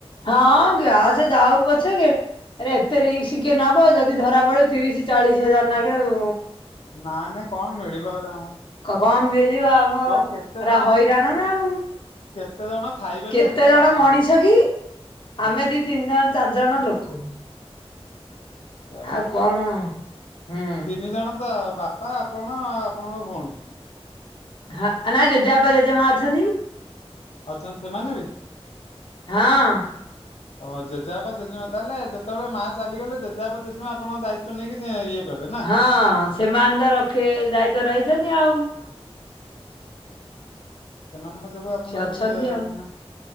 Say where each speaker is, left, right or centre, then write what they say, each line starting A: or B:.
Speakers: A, on the left; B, on the left.
A: ହଁ, ଗ୍ୟାଛ ଯାଉ ପଛକେ ଆରେ ଏତେ ରିକ୍ସ କିଏ ନବ? ଯଦି ଧରା ପଡିବ ତିରିଶ ଚାଳିଶ ହଜାର ନାଖେ ଆଉ।
B: ନାଇ ନାଇ କଣ ମିଳିବ ହେରା ଆମର?
A: କ କ କଣ ମିଳିବ ଆମ
B: କୋଉ କେତେ ଜଣ
A: ରା ହଇରାଣ
B: କେ-
A: ନା ଆଉ।
B: କେତେ ଜଣ ଖାଇବେ
A: କେତେ
B: ଯେ ଏତେ
A: ଜଣ
B: ପାଲା
A: ମଣିଷ
B: ହଉଛି
A: କି?
B: ହୁଁ
A: ଆମେ ଦି ତିନି ଜଣ ଚାରି ଜଣ ଲୋକ।
B: ସେୟା ବା।
A: ଆଉ କଣ? ହୁଁ।
B: ତିନି ଜଣ ତ ବାପା, ଆପଣ, ଆଉ ଆପଣଙ୍କ ଭଉଣୀ।
A: ହଁ ଆ ନାଇ ଜେଜେ ବାପା ଜେଜେ ମାଆ ଅଛନ୍ତି।
B: ଅଛନ୍ତି ସେମାନେ ବି?
A: ହଁ।
B: ଓହୋ ଜେଜେବାପା ଜେଜେ ମାଆ ତାହେଲେ ଯେତେବେଳେ ମା ଚାଲିଗଲେ ଜେଜେବାପା ଜେଜେ ମା ଆପଣଙ୍କ ଦାୟିତ୍ୱ ନେଇକି ଯେ ଇଏ। କଲେ ନା?
A: ହଁ ସେମାନେ ତ ରଖି ଦାୟିତ୍ୱ ରେ ରହିଛନ୍ତି ଆଉ।
B: ସେମାନଙ୍କ ଯୋଗୁ ଆପଣ
A: ସେ ଅଛନ୍ତି
B: ଏତେ
A: ଆଉ
B: ମାନେ